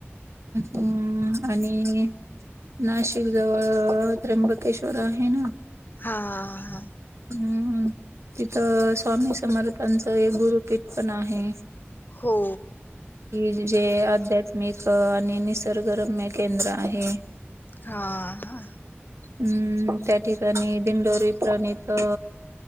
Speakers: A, on the right (about 85°); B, on the left (about 45°).
A: अ आणि, नाशिक जवळ त्र्यंबकेश्वर आहे ना,
B: हा हा
A: हम्म तिथं स्वामी समारथांच एक गुरु, किट पण आहे
B: हो
A: ह, जे आध्यात्मिक आणि निसर्गरम्य केंद्र आहे.
B: हा हा
A: हम्म त्या ठिकाणी दिंडोरी प्रणित, अ